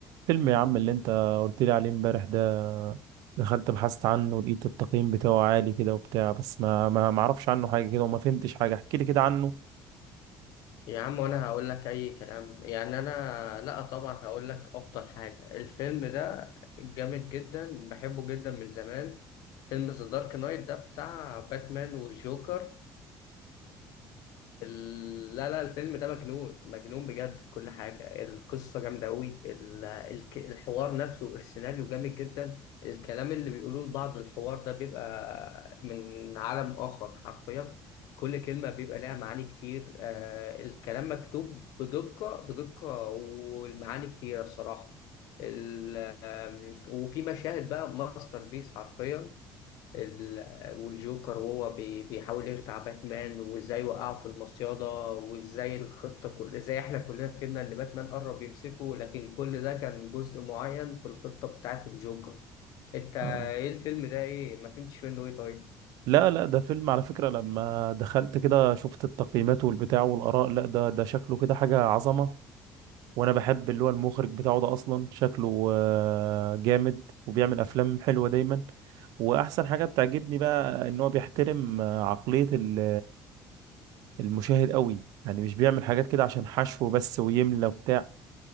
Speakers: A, on the right; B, on the left.
A: فيلم يا عم اللي انت قلت لي عليه امبارح ده دخلت بحثت عنه ولقيت التقييم بتاعه عالي كده وبتاع بس ما ما ما اعرفش عنه حاجة كده وما فهمتش حاجة احكي لي كده عنه
B: يا عم وانا هقول لك اي كلام يعني انا لا طبعا هقول لك افضل حاجه الفيلم ده جامد جدا بحبه جدا من زمان فيلم ذا دارك نايت ده بتاع باتمان والجوكر ال- لا لا الفيلم ده مجنون مجنون بجد في كل حاجة القصة جامدة أوي ال- الك- الحوار نفسه السيناريو جامد جدا الكلام اللي بيقولوه لبعض الحوار ده بيبقى من عالم آخر حرفيا كل كلمة بيبقى لها معاني كتير آه الكلام مكتوب بدقة بدقة والمعاني كتيرة الصراحة ال- آم، وفي مشاهد بقى ماستر بيس حرفيا ال- والجوكر وهو بي- بيحاول يخدع باتمان وازاي وقعه في المصيادة وازاي الخطة كل ازاي احنا كلنا فهمنا ان باتمان قرب يمسكه لكن كل ده كان جزء معين في الخطة بتاعت الجوكر انت ايه
A: اه
B: الفيلم ده ايه ما فهمتش منه ايه طيب
A: لا لا ده فيلم على فكرة لما دخلت كده شفت التقييمات والبتاع والآراء لا ده ده شكله كده حاجة عظمة وانا بحب اللي هو المخرج بتاعه ده اصلا شكله آه، جامد وبيعمل افلام حلوة دايما واحسن حاجة بتعجبني بقى ان هو بيحترم آه، عقلية ال المشاهد قوي يعني مش بيعمل حاجات كده عشان حشو بس ويملى وبتاع